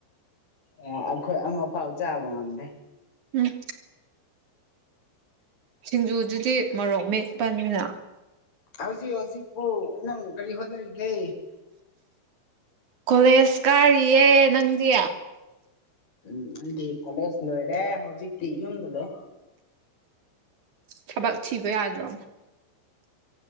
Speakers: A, on the left; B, on the right.
A: ꯑ ꯑꯩꯈꯣꯏ ꯑꯃ ꯐꯥꯎ ꯆꯥꯕ ꯉꯝꯗꯦ
B: ꯎꯝ ꯁꯤꯡꯖꯨꯗꯨꯗꯤ ꯃꯣꯔꯣꯛ ꯃꯦꯠꯄꯅꯤꯅ
A: ꯍꯧꯖꯤꯛ ꯍꯧꯖꯤꯛꯄꯨ ꯅꯪ ꯀꯔꯤ ꯍꯣꯠꯅꯔꯤꯒꯦ
B: ꯀꯣꯂꯦꯖ ꯀꯥꯔꯤꯌꯦ ꯅꯪꯗꯤ
A: ꯎꯝ ꯑꯩꯗꯤ ꯀꯣꯂꯦꯖ ꯂꯣꯏꯔꯦ ꯍꯧꯖꯤꯛꯇꯤ ꯌꯨꯝꯗ ꯂꯩ
B: ꯊꯕꯛ ꯊꯤꯕ ꯌꯥꯗ꯭ꯔꯣ